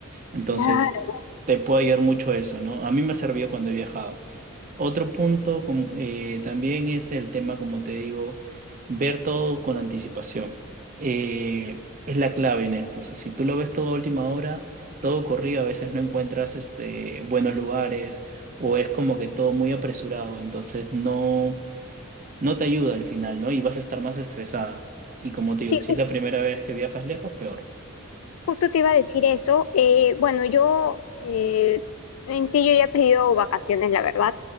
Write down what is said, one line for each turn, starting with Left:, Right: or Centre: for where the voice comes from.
Right: Entonces,
Left: Claro.
Right: te puede ayudar mucho eso, ¿no? A mí me ha servido cuando he viajado. Otro punto com- eh, también es el tema, como te digo, ver todo con anticipación. Eh, es la clave en esto. O sea, si tú lo ves todo a última hora, todo corrido, a veces no encuentras este, buenos lugares o es como que todo muy apresurado, entonces no, no te ayuda al final, ¿no? Y vas a estar más estresada. Y como te
Left: Sí,
Right: digo, si
Left: justo
Right: es la primera vez que viajas lejos, peor.
Left: Justo te iba a decir eso. Eh, bueno, yo eh, en sí yo ya he pedido vacaciones, la verdad.